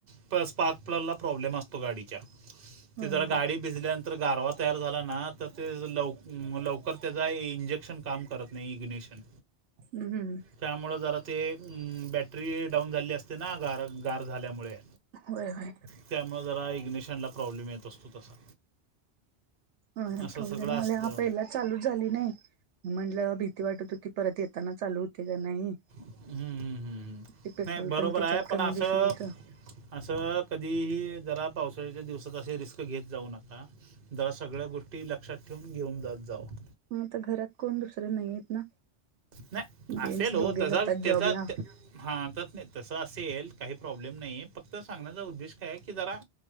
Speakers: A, on the right; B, on the right.
A: स्पर्क स्पार्कलला प्रॉब्लेम असतो गाडीच्या.
B: होय
A: ते जरा
B: होय
A: गाडी भिजल्यानंतर गारवा तयार झाला ना, तर ते लवकर त्याचा इंजिन क्षण काम करत नाही, इंग्नेशन
B: ह्म ह्म.
A: त्यामुळं जरा ते बॅटरी डाऊन झाली असते ना, गार - गार झाल्यामुळे.
B: व्हय व्हय.
A: त्यामुळं जरा इग्नेशनला प्रॉब्लेम येत असतो तसा.
B: हा
A: असं
B: प्रॉब्लेम
A: सगळं असतं
B: आल्या पहिल्यात चालूच झाली नाही. म्हंटलं भीती वाटत होती, परत येतांना चालू होते का नाही.
A: हम्म, हम्म, हम्म, हम्म.
B: ते पेट्रोल
A: नाही बरोबर
B: पण त्याच्यात
A: आहे पण
B: कमी
A: असं
B: दिसत होत.
A: असं कधीही जरा पावसाळ्याच्या दिवसात असे रिस्क घेत जाऊ नका. जरा सगळ्या गोष्टी लक्षात ठेवून घेऊन जात जावा.
B: मग आता घरात कोण दुसरं नाहीहेत ना,
A: नाही
B: जेंट्स
A: असेल हो
B: दोघे
A: तसा
B: जातात. जॉबला.
A: त्याचा हां, तसं असेल काही प्रॉब्लेम नाहीये फक्त सांगण्याचा उद्देश काय की जरा